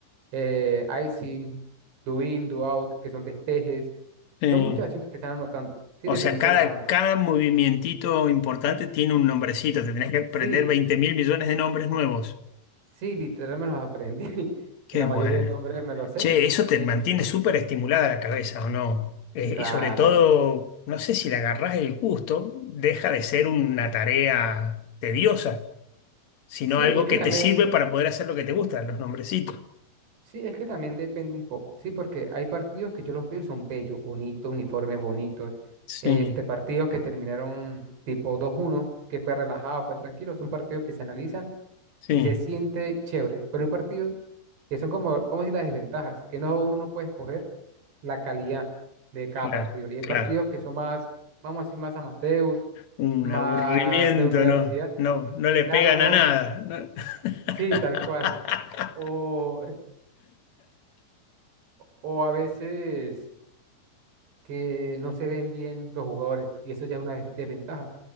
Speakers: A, on the right; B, on the left.
A: eh, icing, do in, do out, que son despejes.
B: sí.
A: Son muchas acciones que están anotando, ¿sí?
B: O
A: Dependiendo
B: sea, cada,
A: la...
B: cada movimientito importante tiene un nombrecito, te tenés que aprender
A: Sí,
B: 20 mil millones de nombres nuevos.
A: Sí, literal me los aprendí. <laughs>
B: Qué
A: y La
B: bueno.
A: mayoría de nombres me los sé.
B: Che, eso te
A: Es,
B: mantiene súper estimulada la cabeza, ¿o no? Eh,
A: claro.
B: y sobre todo, no sé si le agarrás el gusto, deja de ser una tarea tediosa, sino
A: Sí,
B: algo
A: es que
B: que
A: también,
B: te sirve para poder hacer lo que te gusta, los nombrecitos.
A: sí, es que también depende un poco. Sí, porque hay partidos que yo los veo y son bellos, bonitos, uniformes bonitos.
B: Sí,
A: Este, partidos que terminaron tipo dos uno que fue relajado, fue tranquilo. Son partidos que se analizan
B: sí,
A: y se siente chévere. Pero hay partidos que son como, vamos a decir, las desventajas, que no, uno no puede escoger. la calidad de cada
B: claro,
A: partido. Y hay
B: claro.
A: partidos que son más, vamos a decir, más amateurs,
B: Un
A: más
B: aburrimiento,
A: de universidad.
B: no, no, no
A: Y
B: le
A: claro,
B: pegan
A: no,
B: a nada. ¿no? <laughs>
A: sí, tal cual. O, o a veces que no se ven bien los jugadores y eso ya es una des- desventaja,